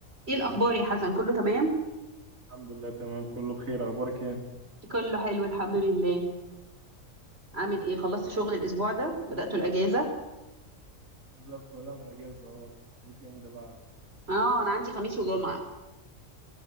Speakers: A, on the right (about 50°); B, on the right (about 75°).
A: ايه الاخبار يا حسن كله تمام
B: الحمد لله تمام كله بخير اخبارك ايه
A: كله حلو الحمد لله عامل ايه خلصت شغل الاسبوع ده بدأت الاجازه
B: بالظبط ولا انا جاهز اهو ويك اند بقى
A: اه انا عندي خميس وجمعه